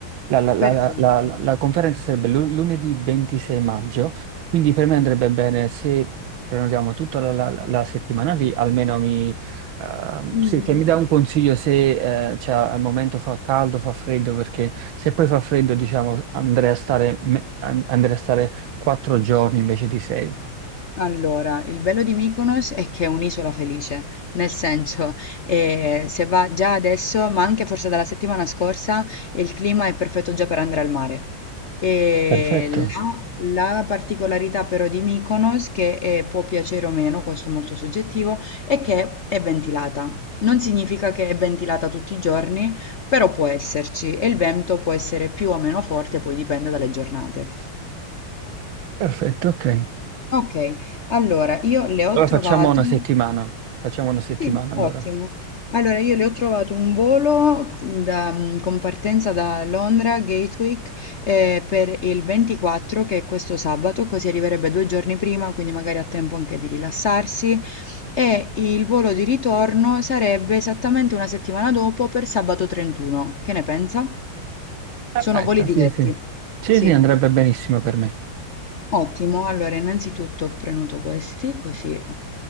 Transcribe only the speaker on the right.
La, la- la-
la- la- la conferenza sarebbe lu- lunedì 26 maggio, quindi per me andrebbe bene se prenotiamo tutta la, la- la settimana lì, almeno mi, ehm,
sì, se mi dà un consiglio se eh, cioè, al momento fa caldo, fa freddo, perché se poi fa freddo, diciamo, andrei a stare, me- an- andrei a stare quattro giorni invece di sei.
Perfetto,
perfetto, ok.
Allora
facciamo una settimana, facciamo una settimana
allora.
Perfetto,
sì, sì. Sì,
sì, andrebbe benissimo per me.